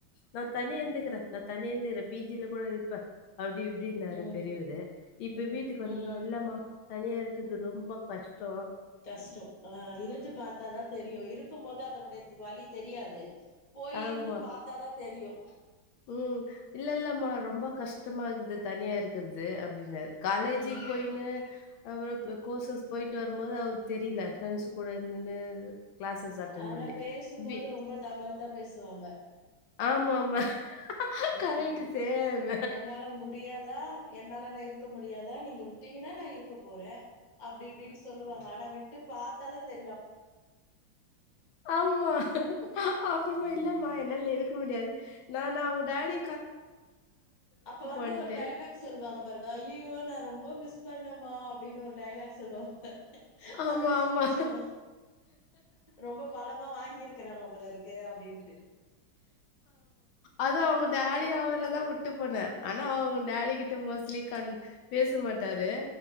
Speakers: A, on the left; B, on the left.
A: நா தனியா இந்துக்குற நான் தனியா இந்துக்குற பி ஜி ல கூட இருப்ப அப்டி இப்டின்னாரு
B: ம்
A: பெரியவரு இப்ப
B: ம்
A: வீட்டுக்கு வந்து
B: ம்
A: இல்லம்மா தனியா இருக்குது ரொம்ப கஷ் டோ
B: கஷ்டோ அ இருந்து பாத்தாதா தெரியு இருக்கும் போது அதனுடய த்துக் வழி தெரியாது போய்
A: ஆமா
B: இருந்து பாத்தாதா தெரியு
A: ம் இல்லல்லம்மா ரொம்ப கஷ்டமாக்குது தனியா இருக்கற்து அப்டினாரு காலேஜிக்
B: ம்
A: போயினு அப்புறோ ப் கோர்சஸ் போய்ட்டு வரும்போது அவுருக் தெரில ஃப்ரெண்ட்ஸ் கூட இருந்துன்னு கிளாஸஸ் அட்டன்
B: ஆனா
A: பண்ணி
B: பேசும்போது
A: வி
B: ரொம்ப தவுலத்தா பேசுவாங்க
A: ஆமாமா
B: ம்
A: கரெக்ட் சேம்.
B: என்னால முடியாதா என்னால நா இருக்க மு டியாதா நீங்க விட்டீங்கனா நா இருக்க போறே அப்டி இப்டின் சொல்லுவாங்க ஆனா விட்டு பாத்தாத தெ
A: ஆமா அப்பறமா
B: ம்
A: இல்லம்மா என்னால இருக்க முடியாது நானு அவுங்க டேடி
B: அப்ப வந்து
A: வந்துட்டேன்.
B: ஒரு டயலாக் சொல்வாங்க பாருங்க ஐய்யயோ நா ரொம் போ மிஸ் பண்ணம்மா அப்டின் ஒரு டயலாக் சொல்லுவாங் பாரு
A: ஆமா,
B: அதுலியே
A: ஆமா.
B: புரிஞ்சிக்குணு ரொம்ப பலமா வாங்கியிருக்கறாங்க போலரு க்கே அப்டின்ட்டு
A: அது அவுங்க டேடி அவரதா உட்டு போனே ஆனா அவுங்க டேடி கிட்ட மோஸ்ட்லி கண் பேசு மாட்டாரு